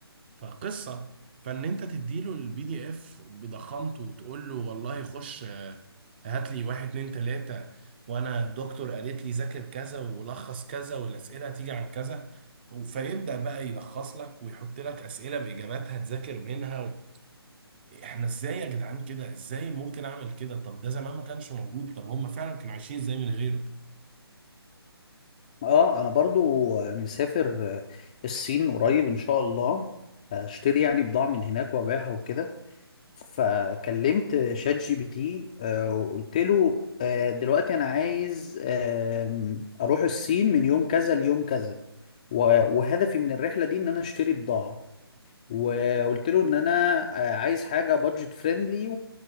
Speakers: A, on the right; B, on the left.
A: فقصة فان انت تديله البي دي اف بضخامته وتقول له والله خش آه، هات لي واحد اتنين تلاتة وانا الدكتور قالت لي ذاكر كذا ولخص كذا والاسئلة هتيجي عن كذا فيبدأ بقى يلخص لك ويحط لك اسئلة باجاباتها تذاكر منها و... احنا ازاي يا جدعان كده ازاي ممكن اعمل كده طب ده زمان ما كانش موجود طب هم فعلا كانوا عايشين ازاي من غيره
B: اه انا برضو مسافر الصين قريب ان شاء الله هشتري يعني بضاعة من هناك وابيعها وكده فكلمت شات جي بي تي آه، وقلت له آه، دلوقتي انا عايز آم، اروح الصين من يوم كذا ليوم كذا و- وهدفي من الرحله دي ان انا اشتري بضاعه وقلت له ان انا آه، عايز حاجه بادجت فريندلي